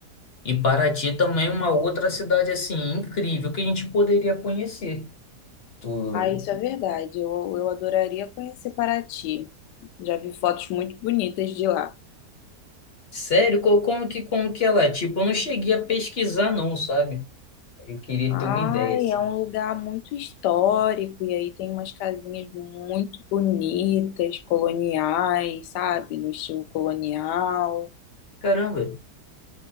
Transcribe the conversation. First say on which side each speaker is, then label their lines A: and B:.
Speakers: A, on the left; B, on the left.
A: E Paraty também é uma outra cidade assim incrível que a gente poderia conhecer. Tu-
B: Ah, isso é verdade. Eu, eu adoraria conhecer Paraty. Já vi fotos muito bonitas de lá.
A: Sério, co- como que como que ela é? Tipo, eu não cheguei a pesquisar não, sabe? Eu queria
B: Ai,
A: ter uma ideia assim.
B: é um lugar muito histórico e aí tem umas casinhas muito bonitas, coloniais, sabe? No estilo colonial.
A: Caramba,